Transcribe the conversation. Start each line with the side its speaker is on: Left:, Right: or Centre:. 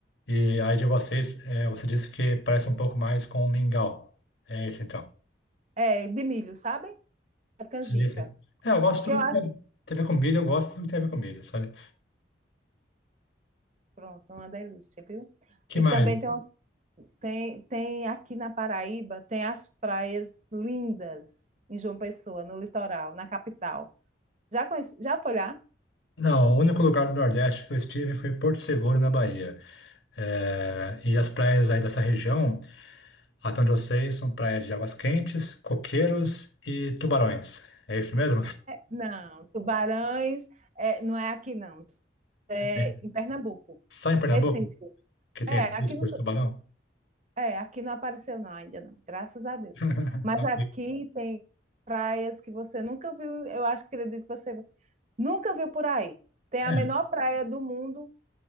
Left: e aí de vocês, é, você disse que parece um pouco mais com mingau. É isso, então.
Right: É, é de milho, sabe? A canjica.
Left: Seria isso. É, eu gosto
Right: Que
Left: de
Right: eu
Left: tudo
Right: acho,
Left: que tem a ver com comida, eu gosto de tudo que tem a ver com comida, sabe?
Right: pronto, uma delícia, viu?
Left: Que
Right: E
Left: mais?
Right: também tem, uma- tem, tem aqui na Paraíba, tem as praias lindas em João Pessoa, no litoral, na capital. Já conhece, já foi lá?
Left: Não, o único lugar do Nordeste que eu estive foi Porto Seguro, na Bahia. É, e as praias aí dessa região, até onde eu sei, são praias de águas quentes, coqueiros e tubarões. É isso mesmo?
Right: Não, Tubarões, é, não é aqui não, é
Left: É.
Right: em Pernambuco,
Left: Só em Pernambuco
Right: Recife.
Left: que tem
Right: É,
Left: esse
Right: aqui
Left: risco
Right: no
Left: de tubarão?
Right: É, aqui não apareceu não, ainda não, graças a Deus.
Left: <laughs>
Right: Mas aqui tem praias que você nunca viu, eu acho que ele disse que você viu- nunca viu por aí. Tem
Left: É,
Right: a menor praia do mundo,